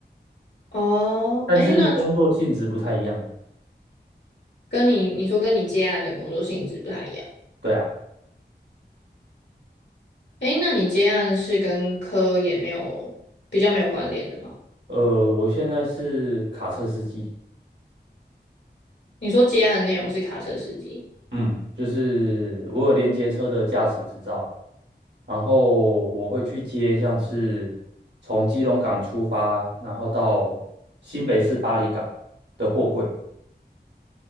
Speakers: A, on the left; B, on the right.
A: 哦，
B: 但是工作性质不太一样，
A: 诶，那跟你你说跟你接案的工作性质不太一样，
B: 对啊，
A: 诶，那你接案是跟科也没有比较没有关联的吗？
B: 呃，我现在是卡车司机，
A: 你说接案的内容是卡车司机，
B: 嗯，就是我有连接车的驾驶执照，然后我会去接像是从基隆港出发，然后到新北市巴黎港的货柜。